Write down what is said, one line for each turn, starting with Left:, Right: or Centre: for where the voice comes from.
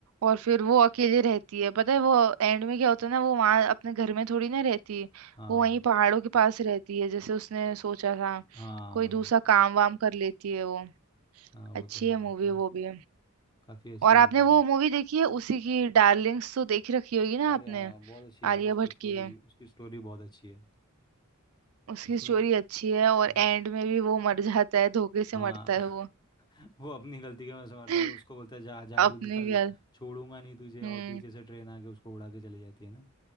Right: और फिर वो अकेले रहती है पता है वो एंड में क्या होता है ना वो वहाँ अपने घर में थोड़ी ना रहती है
Left: हाँ
Right: वो वहीं पहाड़ों के पास रहती है जैसे उसने सोचा था
Left: हाँ
Right: कोई दूसरा काम वाम कर लेती है वो
Left: हाँ वो
Right: अच्छी
Left: तो है
Right: है
Left: वो
Right: मूवी
Left: तो है
Right: वो भी
Left: काफ़ी अच्छी
Right: और
Left: मूवी
Right: आपने वो
Left: है
Right: मूवी देखी है उसी की डार्लिंग्स तो देख रखी होगी ना
Left: अरे
Right: आपने
Left: हाँ बहुत अच्छी है यार
Right: आलिया
Left: उसकी
Right: भट्ट
Left: स्टोरी
Right: की
Left: भी उसकी स्टोरी बहुत अच्छी है
Right: उसकी
Left: उसमें
Right: स्टोरी अच्छी है
Left: हम्म।
Right: और एंड में भी वो मर जाता है धोखे से
Left: हाँ
Right: मरता है वो
Left: <laughs> वो अपनी गलती के में समझता
Right: <laughs>
Left: है वो उसको बोलता है जा जा तू
Right: अपने
Left: निकल
Right: क्या
Left: छोड़ूंगा नहीं तुझे
Right: हम्म
Left: और पीछे से ट्रेन आके उसको उड़ा के चली जाती है ना